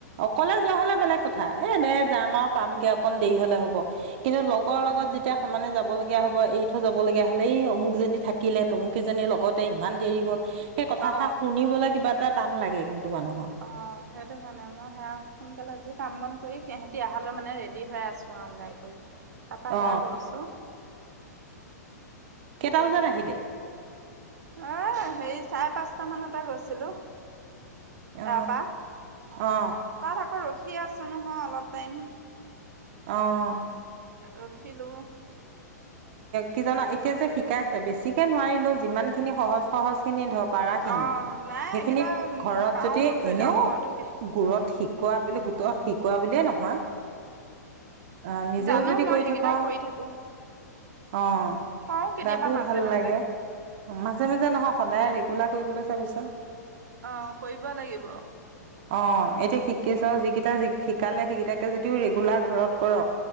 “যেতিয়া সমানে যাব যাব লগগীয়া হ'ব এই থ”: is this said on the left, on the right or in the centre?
Right